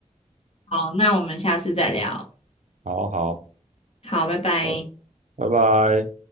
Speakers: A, on the left (about 50°); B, on the right (about 70°).
A: 好，那我们下次再聊。
B: 好好，
A: 好，拜拜。
B: 拜拜拜。